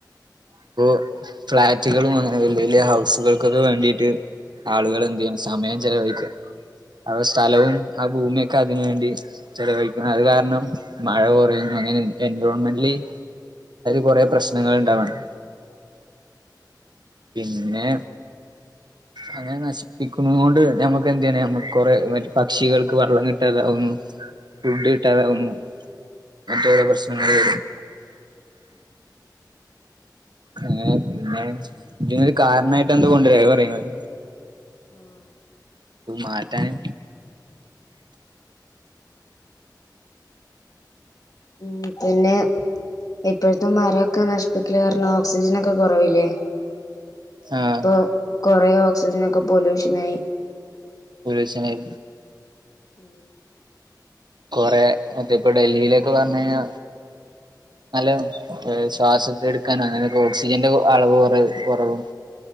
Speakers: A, on the right; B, on the left.
A: ഇപ്പൊ ഫ്ളാറ്റുകളും അങ്ങനെ വല്യ വല്യ ഹൗസുകൾക്കൊക്കെ വേണ്ടീട്ട് ആളുകള് എന്തേയ്യണ് സമയം ചെലവഴിക്ക ആ സ്ഥലവും ആ ഭൂമിയൊക്കെ അതിന് വേണ്ടി ചെലവഴിക്കുന്നു അത് കാരണം മഴ കൊറയുന്നു അങ്ങനെ എൻവയൊൺമെന്റലി അയില് കൊറെ പ്രശ്നങ്ങൾ ഇണ്ടാവാണ് പിന്നെ അങ്ങനെ നശ് പ്പിക്കുന്നൊണ്ട് ഞമ്മക്ക് എന്തേന് നമ്മക്ക് കൊറെ മറ്റേ പക്ഷികൾക്ക് വെള്ളം കിട്ടാതാവുന്നു ഫുഡ് കിട്ടാതാവുന്നു മറ്റ് ഓരോ പ്രശ്നങ്ങള് വരും അങ്ങനെ പിന്നെ ഇതിനോരു കാരണമായിട്ട് എന്താ കൊണ്ടുവരാ അത് പറയി ഇങ്ങള്
B: ഉം
A: <unintelligible> മാറ്റാന്
B: ഉം പിന്നെ ഇപ്പൊഴ്‌ത്തെ മരോക്ക നശിപ്പിക്കല് കാരണം ഓക്സിജനൊക്കെ കൊറവില്ലേ
A: ആഹ്
B: ഇപ്പൊ കൊറെ ഓക്സിജൻ ഒക്കെ പൊല്യൂഷൻ ആയി
A: പൊല്യൂഷനായി
B: ഉം
A: കൊറേ മറ്റേപ്പൊ ഡൽഹീലൊക്കെ പർ ഞ്ഞീന്യാ നല്ല ശ്വാസത്തെ എടുക്കാനങ്ങനക്കെ ഓക്സിജന്റെ അളവ് കൊറ കൊറവും